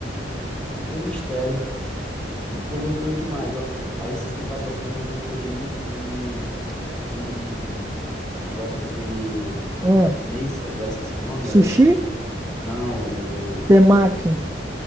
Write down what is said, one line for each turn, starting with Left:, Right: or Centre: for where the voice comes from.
Centre: não tem mistério. E ficou gostoso demais, ó. Aí esses tempos atrás também me aventurei, fizemos um. um negócio daquele
Right: Ah,
Centre: japonês, agora esqueci o nome,
Right: sushi,
Centre: é. Não, o.
Right: temaki,